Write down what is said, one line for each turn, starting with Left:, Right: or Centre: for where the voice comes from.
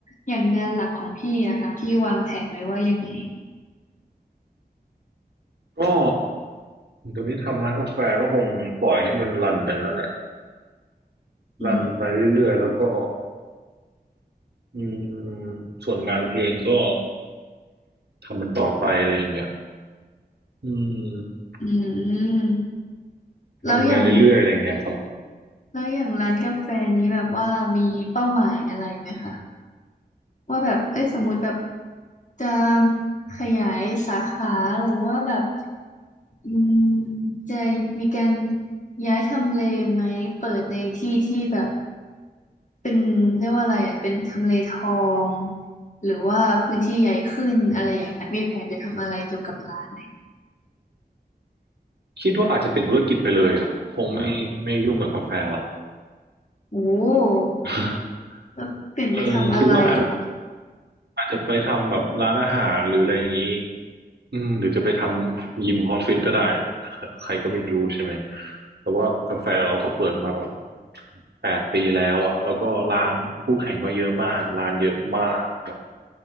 Left: อย่างงานหลักของพี่อะค่ะพี่วางแผนไว้ว่ายังไง
Right: ก็ตอนนี้ทำร้านกาแฟก็คงปล่อยให้มันรันไปนั่นแหละ
Left: อืม
Right: รันไปเรื่อยๆแล้วก็อืมส่วนงานเพลงก็ทำมันต่อไปอะไรอย่างเงี้ยอืม
Left: อืม
Right: ทำไปเรื่อยๆอะไรเงี้ยครับ
Left: แล้วอย่างแล้วอย่างร้านกาแฟนี้แบบว่ามีเป้าหมายอะไรไหมคะว่าแบบเอ้ยสมมติแบบจะขยายสาขาหรือว่าแบบ อืมจะมีการย้ายทำเลไหมเปิดในที่ที่แบบเป็นเรียกว่าอะไรอ่ะเป็นทำเลทองหรือว่าพื้นที่ใหญ่ขึ้นอะไรอย่างเงี้ยมีแผนจะทำอะไรเกี่ยวกับร้าน
Right: คิดว่าอาจจะเป็นธุรกิจไปเลยอ่ะคงไม่ไม่ยุ่งกับกาแฟหรอก
Left: โอ้
Right: <laughs>
Left: แล้วเปลี่ยนไปทำอะไรอะค่ะ
Right: เออคิดว่า อาจจะไปทำแบบร้านอาหารหรืออะไรอย่างนี้อืมหรือจะไปทำยิมคอสฟิตก็ได้ ใครก็ไม่รู้ใช่ไหมแต่ว่ากาแฟเราก็เปิดมาแบบแปดปีแล้วอ่ะแล้วก็ร้านคู่แข่งก็เยอะมากร้านเยอะมากแบบ